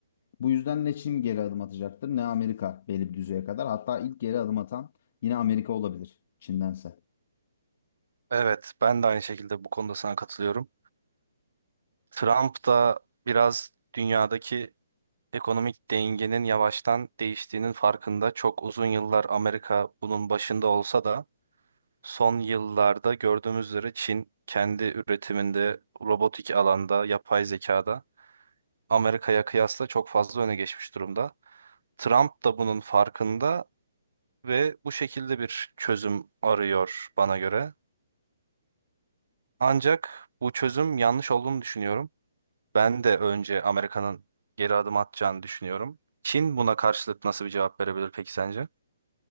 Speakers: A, on the left (about 50°); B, on the right (about 70°).
A: Bu yüzden ne Çin geri adım atacaktır ne Amerika belli bir düzeye kadar. Hatta ilk geri adım atan yine Amerika olabilir Çin'dense.
B: Evet, ben de aynı şekilde bu konuda sana katılıyorum. Trump da biraz dünyadaki ekonomik dengenin yavaştan değiştiğinin farkında. Çok uzun yıllar Amerika bunun başında olsa da son yıllarda gördüğümüz üzere Çin kendi üretiminde, robotik alanda, yapay zekada Amerika'ya kıyasla çok fazla öne geçmiş durumda. Trump da bunun farkında ve bu şekilde bir çözüm arıyor bana göre. Ancak bu çözüm yanlış olduğunu düşünüyorum. Ben de önce Amerika'nın geri adım atacağını düşünüyorum. Çin buna karşılık nasıl bir cevap verebilir peki sence?